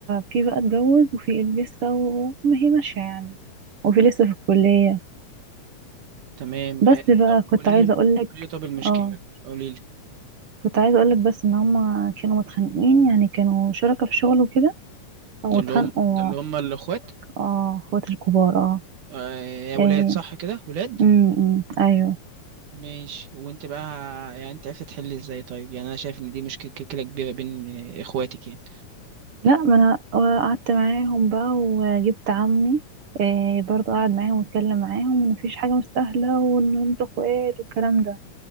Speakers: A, on the right; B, on the right.
A: في بقى اتجوز وفي اللي لسه وما هي ماشيه يعني وفي لسه في الكليه
B: تمام
A: بس
B: اه
A: بقى
B: طب
A: كنت
B: قولي
A: عايزه
B: لي
A: اقول لك
B: قولي لي طب المشكلة
A: اه
B: قولي لي
A: كنت عايزه اقول لك بس ان هما كانوا متخانقين يعني كانوا شركاء في شغل وكده واتخانقوا
B: ده اللي هم ده اللي هم الاخوات
A: اه اخوات الكبار اه
B: آه، يا ولاد
A: ايه
B: صح كده ولاد
A: امم أمم، ايوه
B: ماشي وانت بقى ه- يعني انت عرفت تحل ازاي طيب يعني انا شايف ان دي مشكله مشكلة كبيره بين آه، اخواتك يعني
A: لا ما انا آه، قعدت معاهم بقى وجبت عمي إيه برضه قعد معاهم واتكلم معاهم ان مفيش حاجه مستاهله وان انتوا اخوات والكلام ده